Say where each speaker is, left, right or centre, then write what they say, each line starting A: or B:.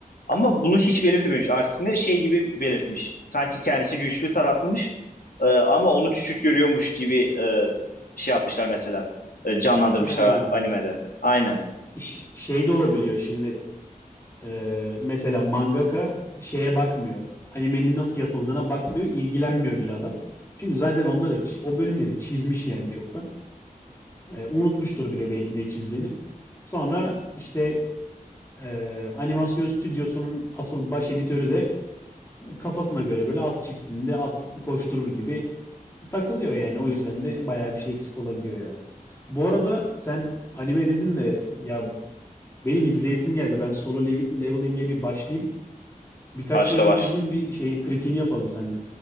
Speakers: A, on the left; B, on the left.
A: Ama bunu hiç belirtmemiş. Aksine şey gibi belirtmiş. Sanki kendisi güçlü tarafmış e, ama onu küçük görüyormuş gibi e, şey yapmışlar mesela. E, canlandırmışlar
B: Ha.
A: animede. Aynen.
B: ş- Şey de olabiliyor şimdi. Ee, mesela mangaka şeye bakmıyor. Animenin nasıl yapıldığına bakmıyor, ilgilenmiyor bile adam. Çünkü zaten onları çi- o bölümleri çizmiş yani çoktan. Ee, unutmuştur bile belki ne çizdiğini. Sonra işte e, animasyon stüdyosunun asıl baş editörü de kafasına göre böyle at çiftliğinde at koşturur gibi takılıyor yani. O yüzden de bayağı bir şey eksik olabiliyor ya. Bu arada sen anime dedin de ya benim izleyesim geldi. Ben Solo Lev- Leveling'e bir başlayayım. Birkaç
A: Başla
B: bölüm
A: başla.
B: izleyeyim bir şey kritiğini yapalım seninle.